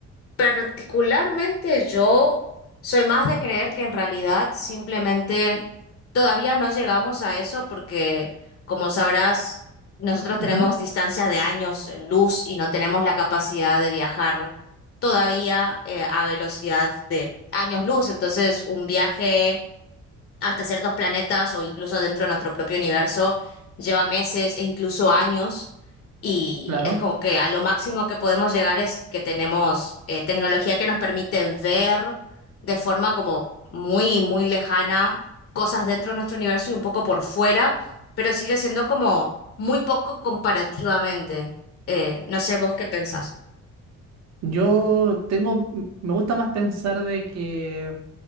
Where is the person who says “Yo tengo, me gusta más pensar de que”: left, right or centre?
Right